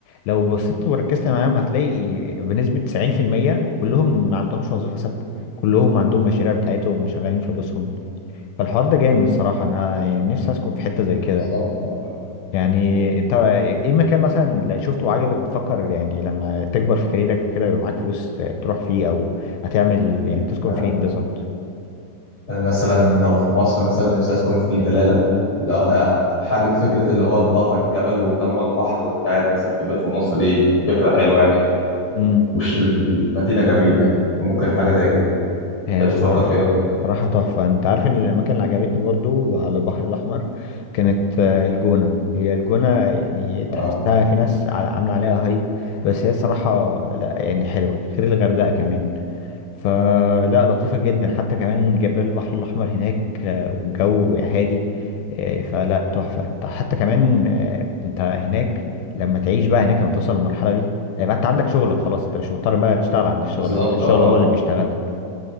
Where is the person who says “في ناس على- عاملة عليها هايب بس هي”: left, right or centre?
Left